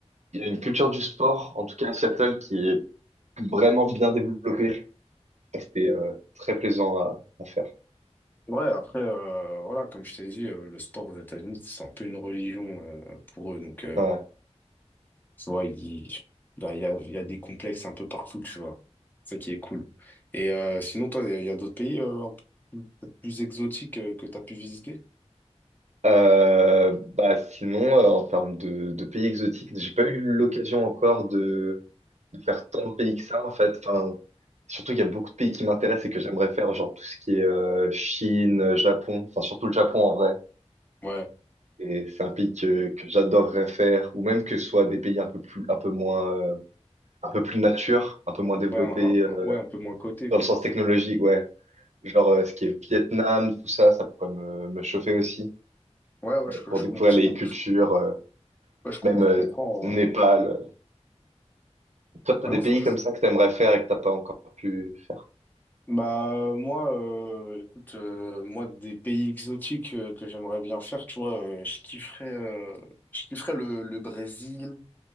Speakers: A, on the right; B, on the left.
A: il y a une culture du sport, en tout cas à Seattle, qui est vraiment bien développée. C'était euh, très plaisant à, à faire.
B: Ouais, après, euh, voilà, comme je t'ai dit, euh, le sport aux États-Unis, c'est un peu une religion, euh, pour eux. Donc, euh,
A: Ouais.
B: tu vois, il, là, il y a, il y a des complexes un peu partout, tu vois. C'est ça qui est cool. Et euh, sinon, toi, il y a il y a d'autres pays euh, un peu plus peut-être plus exotiques euh, que tu as pu visiter?
A: Euh, bah sinon, euh, en termes de, de pays exotiques, j'ai pas eu l'occasion encore de, de faire tant de pays que ça en fait. Enfin, surtout qu'il y a beaucoup de pays qui m'intéressent et que j'aimerais faire, genre tout ce qui est euh, Chine, Japon, enfin surtout le Japon en vrai.
B: Ouais.
A: Et c'est un pays que, que j'adorerais faire, ou même que ce soit des pays un peu plus, un peu moins, euh, un peu plus nature, un peu moins développés
B: Ouais, un, un-
A: euh,
B: un- ouais, un peu moins coté,
A: dans
B: quoi.
A: le sens technologie, ouais. Genre, euh, ce qui est Vietnam, tout ça, ça pourrait me, me chauffer aussi
B: Ouais, ouais, je,
A: pour
B: je,
A: découvrir
B: com- je,
A: les
B: com-
A: cultures,
B: je-
A: euh,
B: ouais, je com-
A: même euh,
B: je comprends.
A: Népal.
B: euh.
A: Toi, t'as
B: Ah
A: des
B: non,
A: pays
B: faut-
A: comme ça que t'aimerais faire et que t'as pas encore pu faire.
B: Bah, euh, moi, euh, écoute, euh, moi, des pays exotiques euh, que j'aimerais bien faire, tu vois, euh, je kifferais, euh, je kifferais le, le Brésil